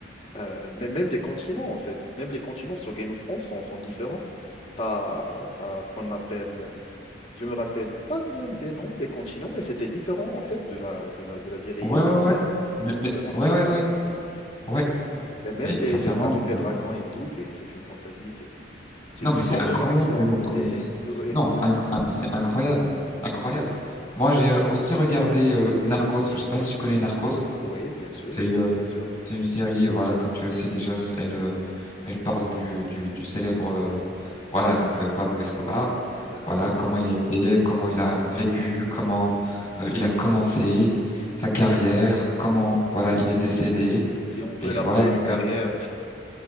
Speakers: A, on the left (about 30°); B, on the left (about 15°).
A: euh, même, même des continents, en fait. Même les continents sur Game of Thrones sont, sont différents. Tu as, ce qu'on appelle je me rappelle pas bien des noms des continents, mais c'était différent en fait de la, de la, de la vie réelle
B: Ouais, ouais,
A: quand
B: ouais.
A: même.
B: Mais,
A: C'était
B: mais
A: vraiment différent.
B: ouais, ouais, ouais, ouais.
A: Et même
B: Mais
A: les,
B: sincèrement,
A: les- avec
B: donc.
A: les
B: euh,
A: dragons et tout, c'est, c'est une fantaisie. C'est, c'est-
B: Non,
A: ce
B: mais c'est
A: sont
B: incroyable,
A: deux genres différents.
B: Game of Thrones.
A: Et ouais,
B: Non,
A: ouais.
B: inc- ah, mais c'est incroyable. Incroyable. Moi, j'ai euh, aussi regardé euh, Narcos. Je sais pas si tu connais Narcos.
A: Ouais, bien sûr,
B: C'est euh,
A: bien sûr.
B: c'est une série, voilà, comme tu le sais déjà, c- elle, euh, elle parle du, du, du célèbre, euh, voilà, donc euh, Pablo Escobar.
A: D'accord.
B: Voilà, comment il était, comment il a vécu, comment euh, il a commencé sa carrière, comment, voilà, il est décédé.
A: Si on peut
B: Et
A: l'appeler
B: voilà, donc,
A: une carrière,
B: euh,